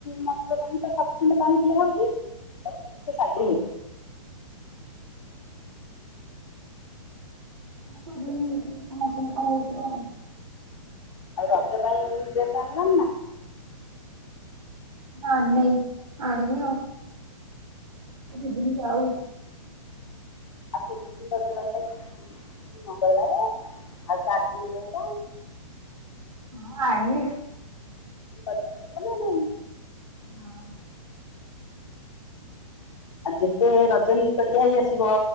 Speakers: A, on the left; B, on the right.
A: ମସୁର ପାଣି ତ ସଫିସିଣ୍ଟ ପାଣି ପିଆହଉଛି ତଥାପି ସେ ସାଗୁ ହୁ
B: ପ୍ରୋବ୍ଲେମ୍ ହଉଥିବ ହଁ ଶୋଇ ପଡ଼ ଉଠପଡ଼।
A: ଆଉ ରଜ ପାଇଁ ଡ୍ରେସ୍ ଆଣିଲନି ନା?
B: ନା ଆଣିନେଇଁ ଆଣିବି ଆଉ। ଆଉ ଦି ଦିନିି ଜାଉ।
A: ଆଉ କେତେ ଦିନ ରଜ ରହିଲା କି ମଙ୍ଗଳବାର ଆଉ ଚାରି ଦିନି ରହିଲା।
B: ହଁ ଆଣିବି।
A: କଲେଜ ଯିବ ନା ନାହିଁ?
B: ହଁ।
A: ଆଉ ଯେତେ ରଜ ନିକଟିଆ ହେଇ ଆସିବ